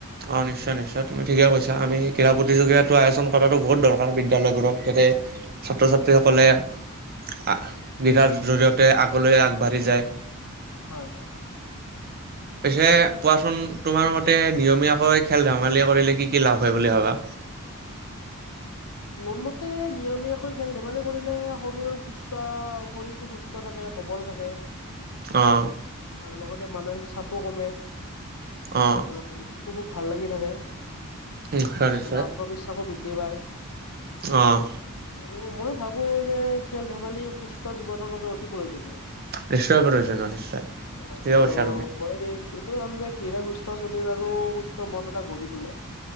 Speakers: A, on the right; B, on the left.
A: অঁ, নিশ্চয় নিশ্চয়, তুমি ঠিকেই কৈছাঁ, আমি ক্ৰীড়া প্ৰতিযোগিতাটো আয়োজন কৰা বহুত দৰকাৰ বিদ্যালয়বোৰত, যাতে, ছাত্ৰ-ছাত্ৰী সকলে <unintelligible> ৰ জৰিয়তে আগলৈ আগবাঢ়ি যায়।
B: হয়, হয়।
A: পিছে কোৱাচোন তোমাৰ মতে, নিয়মীয়াকৈ খেল ধেমালি কৰিলে কি কি লাভ হয় বুলি ভাবা?
B: মোৰ মতে নিয়মীয়াকৈ খেল ধেমালি কৰিলে শৰীৰৰ সুস্থ, শৰীৰটো সুস্থ সুস্থ থাকে, সবল থাকে।
A: অ'।
B: আৰু লগতে মানসিক চাপো কমে,
A: অ',
B: আৰু মনটোতো খুব ভাল লাগি থাকে।
A: নিশ্চয়, নিশ্চয়,
B: আৰু আত্মবিশ্বাসো বৃদ্ধি পায়
A: অ'।
B: আৰু মই ভাবো যে, খেল ধেমালি সুস্থ জীৱনৰ বাবে অতি প্ৰয়োজনীয়। অ',
A: নিশ্চয় প্ৰয়োজনীয় নিশ্চয় ঠিকে
B: আৰু
A: কৈছা তুমি।
B: মই এইটো জানো যে <unintelligible> সুস্থ শৰীৰ, আৰু সুস্থ মন এটা গঢ়ি তোলে।